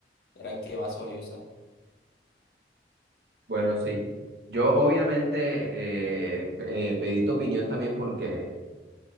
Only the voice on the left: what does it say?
era el que más solía usar.